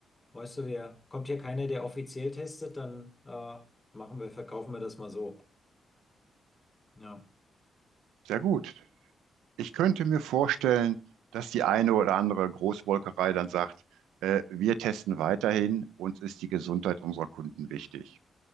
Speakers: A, on the left; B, on the right.
A: weißt du, wir, kommt ja keiner, der offiziell testet, dann äh, machen wir, verkaufen wir das mal so. Ja.
B: Sehr gut. Ich könnte mir vorstellen, dass die eine oder andere Großmolkerei dann sagt, äh, wir testen weiterhin, uns ist die Gesundheit unserer Kunden wichtig.